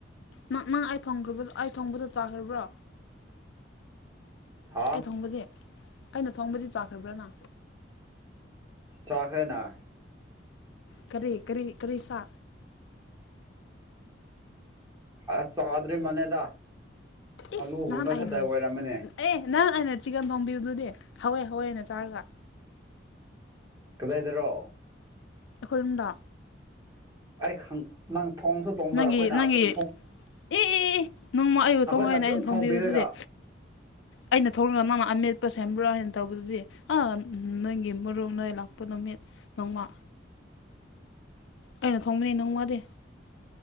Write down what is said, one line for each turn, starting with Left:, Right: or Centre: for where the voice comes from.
Left: ꯅꯪ ꯅꯪ ꯑꯩ ꯊꯣꯡꯈ꯭ꯔ ꯑꯩ ꯊꯣꯡꯕꯗꯣ ꯆꯥꯈ꯭ꯔꯕ꯭ꯔꯣ
Right: ꯍꯥ
Left: ꯑꯩ ꯊꯣꯡꯕꯗꯤ ꯑꯩꯅ ꯊꯣꯡꯕꯗꯤ ꯆꯥꯈ꯭ꯔꯕ꯭ꯔꯅ
Right: ꯆꯥꯛꯈ꯭ꯔꯦꯅ
Left: ꯀꯔꯤ ꯀꯔꯤ ꯀꯔꯤ ꯁꯥ
Right: ꯑꯁ ꯆꯥꯗ꯭ꯔꯤ ꯃꯥꯂꯦꯗ
Left: ꯏꯁ
Right: ꯑꯂꯨꯒꯨꯝꯕ
Left: ꯅꯍꯥꯟ ꯑꯩꯅ
Right: ꯈꯛꯇ ꯑꯣꯏꯔꯝꯃꯅꯦ
Left: ꯑꯦ ꯅꯪ ꯑꯩꯅ ꯆꯤꯛꯀꯟ ꯊꯣꯡꯕꯤꯕꯗꯨꯗꯤ ꯍꯋꯦ ꯍꯧꯋꯦꯅ ꯆꯥꯔꯒ
Right: ꯀꯗꯥꯏꯗꯔꯣ
Left: ꯑꯩꯈꯣꯏꯌꯨꯝꯗ
Right: ꯑꯩ ꯅꯪ ꯊꯣꯡꯁꯨ ꯊꯣꯡꯗꯔ
Left: ꯅꯪꯒꯤ
Right: ꯑꯩꯈꯣꯏꯅ
Left: ꯅꯪꯒꯤ
Right: ꯑꯗꯨꯝ
Left: ꯑꯦ ꯑꯦ ꯅꯣꯡꯃ ꯑꯩꯕꯨ
Right: ꯑꯩꯈꯣꯏꯅ
Left: ꯊꯣꯡꯉꯅꯦ
Right: ꯑꯗꯨꯝ
Left: ꯑꯩꯅ ꯊꯣꯡꯕꯤꯕꯨ
Right: ꯊꯣꯡꯕꯤꯔꯒ
Left: ꯑꯗꯨꯗꯤ ꯑꯩꯅ ꯊꯣꯛꯂꯒ ꯅꯪꯅ ꯑꯃꯃꯦꯠꯄ ꯁꯦꯝꯕ꯭ꯔꯥ ꯍꯥꯏꯅ ꯇꯧꯕꯗꯨꯗꯤ ꯑꯥ ꯅꯪꯒꯤ ꯃꯔꯨꯝ ꯅꯣꯏ ꯂꯥꯛꯄ ꯅꯨꯃꯤꯠ ꯅꯣꯡꯃ ꯑꯩꯅ ꯊꯣꯡꯕꯅꯤ ꯅꯣꯡꯃꯥꯗꯤ